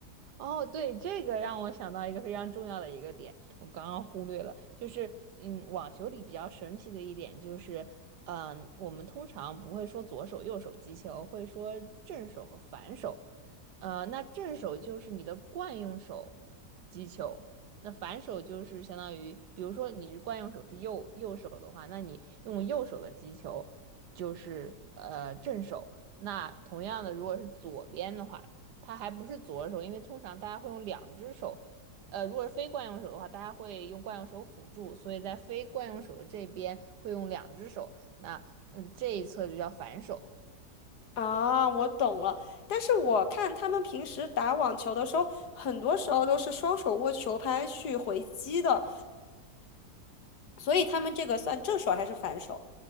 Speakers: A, on the right; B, on the left.
A: 哦，对，这个让我想到一个非常重要的一个点，我刚刚忽略了，就是，嗯，网球里比较神奇的一点就是，嗯，我们通常不会说左手右手击球，会说正手和反手，呃，那正手就是你的惯用手击球，那反手就是相当于，比如说你是惯用手是右右手的话，那你用右手的击球就是呃正手，那同样的，如果是左边的话。它还不是左手，因为通常大家会用两只手，呃，如果是非惯用手的话，大家会用惯用手辅助，所以在非惯用手的这边会用两只手，那嗯这一侧就叫反手。
B: 啊，我懂了。但是我看他们平时打网球的时候，很多时候都是双手握球拍去回击的，所以他们这个算正手还是反手？